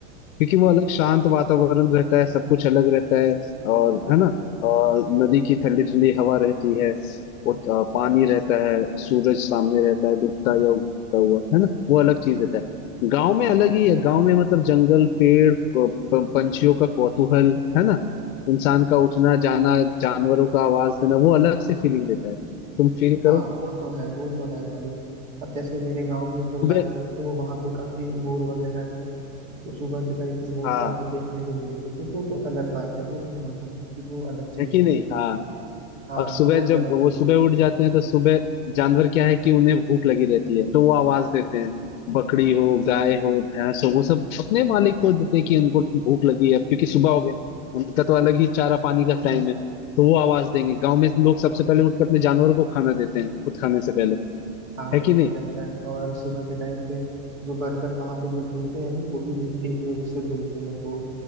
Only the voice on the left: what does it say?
क्योंकि वो अलग शांत वातावरण रहता है सब कुछ अलग रहता है और है ना और नदी की ठंडी ठंडी हवा रहती है और अ, पानी रहता है सूरज सामने रहता है डूबता या उगता हुआ है ना वो अलग चीज रहता है गांव में अलग ही है गांव में मतलब जंगल पेड़ प- प- पंछियों का कौतूहल है ना इंसान का उठना जाना जानवरों का आवाज देना वो अलग से फीलिंग देता है तुम फील
करो
सुबह
हाँ
है कि
नहीं हाँ
और
सुबह
जब
वो
सुबह
उठ जाते हैं तो सुबह जानवर क्या है कि उन्हें भूख लगी रहती है तो वो आवाज देते हैं बकरी हो गाय हो भैंस हो वो सब अपने मालिक को देते हैं कि उनको भूख लगी है अब क्योंकि सुबह हो गया उनका तो अलग ही चारा पानी का टाइम है तो वो आवाज देंगे गांव में लोग सबसे पहले उठ के अपने जानवरों को खाना देते हैं खुद खाने से पहले
है
कि नहीं